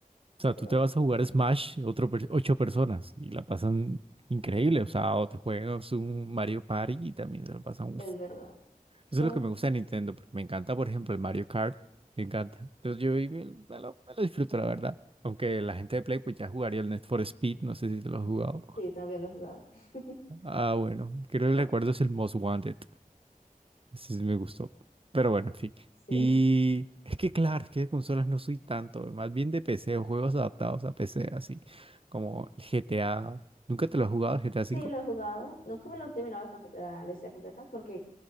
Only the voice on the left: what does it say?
Pero
es verdad. Justamente,
sí, también lo he jugado. <laughs>
Pero,
sí.
Sí,
lo he jugado. No como lo he terminado cuando- la, la historia completa, porque